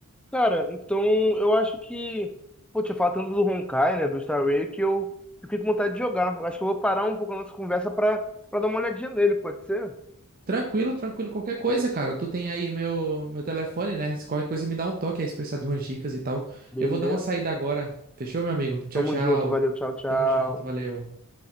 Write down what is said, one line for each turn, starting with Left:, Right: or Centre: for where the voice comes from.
Centre: Cara, então eu acho que, pô, tinha falado tanto do Honkai, né, do Star Rail, que eu fiquei com vontade de jogar. Eu acho que eu vou parar um pouco a nossa conversa pra, pra dar uma olhadinha nele, pode ser?
Right: Tranquilo, tranquilo, qualquer coisa, cara. Tu tem aí meu, meu telefone, né? Se qualquer coisa me dá um toque aí, se precisar de umas dicas e tal.
Centre: Beleza.
Right: Eu vou dar uma saída agora. Fechou, meu amigo? Tchau,
Centre: Tamo
Right: tchau.
Centre: junto, valeu, tchau, tchau.
Right: Tamo junto, valeu.